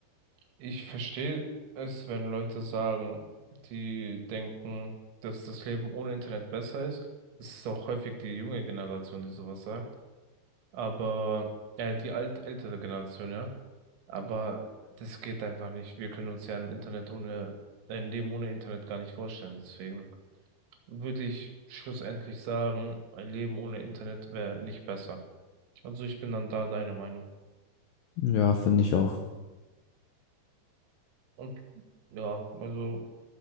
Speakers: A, on the right (about 80°); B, on the left (about 75°).
A: ich verstehe es, wenn Leute sagen, die denken, dass das Leben ohne Internet besser ist. Es ist auch häufig die junge Generation, die sowas sagt. Aber, äh, die alt ältere Generation, ja. Aber das geht einfach nicht. Wir können uns ja ein Internet ohne, ein Leben ohne Internet gar nicht vorstellen. Deswegen würde ich schlussendlich sagen, ein Leben ohne Internet wäre nicht besser. Also ich bin dann da deiner Meinung.
B: ja, finde ich auch.
A: Und ja, also.